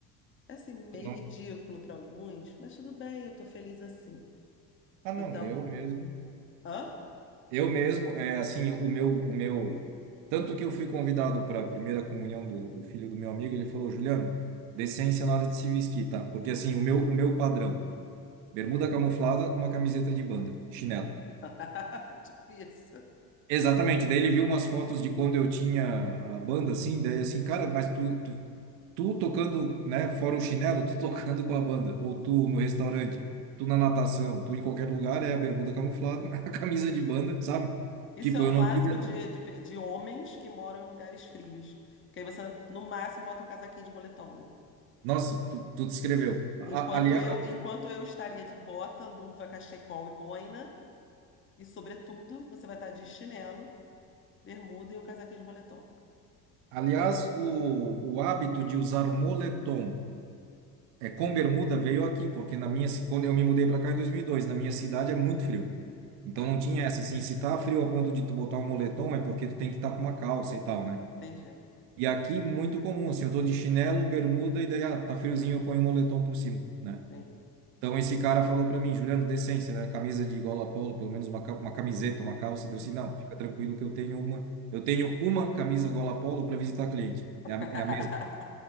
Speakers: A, on the left (about 25°); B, on the right (about 55°).
A: É assim, meio
B: Tu não-
A: ridículo para alguns, mas tudo bem, eu tô feliz assim.
B: Ah, não,
A: Então.
B: eu mesmo.
A: Hã?
B: Eu mesmo, é assim, o meu, o meu. Tanto que eu fui convidado para a primeira comunhão do, do filho do meu amigo, ele falou: Juliano, decência na hora de se vestir, tá? Porque assim, o meu, o meu padrão: bermuda camuflada, uma camiseta de banda, chinelo.
A: <laughs> Difícil.
B: Exatamente, daí ele viu umas fotos de quando eu tinha a banda, assim, daí assim, cara, mas tu, tu, tu tocando, né, fora o chinelo, tu tocando com a banda, ou tu no restaurante, tu na natação, tu em qualquer lugar, é a bermuda camuflada, <laughs> a camisa de banda, sabe?
A: Isso
B: Tipo,
A: é o
B: eu
A: clássico
B: não tive...
A: de, de, pe- de homens que moram em lugares frios. Porque aí você, no máximo, bota um casaquinho de moletom, né?
B: Nossa, tu, tu descreveu. A-
A: Enquanto
B: aliás,
A: eu, enquanto eu estaria de bota, luva, cachecol e boina, e sobretudo, você vai estar de chinelo, bermuda e um casaquinho de moletom.
B: aliás o, o hábito de usar moletom É, com bermuda veio aqui, porque na minha, ci- quando eu me mudei para cá em 2002, na minha cidade é muito frio. Então
A: Ah,
B: não tinha essa, assim, se tá frio a ponto de tu botar um moletom é porque tu tem que estar com uma calça e tal, né?
A: entendi,
B: E aqui muito comum, assim, eu tô de chinelo, bermuda e daí, ah, tá friozinho, eu ponho um moletom por cima, né?
A: entendi.
B: Então esse cara falou para mim, Juliano, decência, né? Camisa de gola polo, pelo menos uma, ca- uma camiseta, uma calça.
A: Uhum.
B: Eu disse, não, fica tranquilo que eu tenho uma, eu tenho uma camisa gola polo para visitar cliente.
A: <laughs>
B: É a, é a mesma.